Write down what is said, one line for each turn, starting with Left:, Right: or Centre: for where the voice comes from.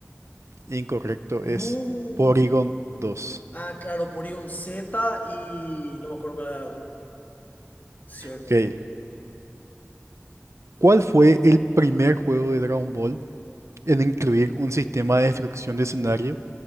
Right: Incorrecto,
Left: No.
Right: es Porygon dos.
Left: Ah, claro, Porygon Z y no me acuerdo cuál era el otro. Cierto.
Right: Ok. ¿Cuál fue el primer juego de Dragon Ball en incluir un sistema de destrucción de escenario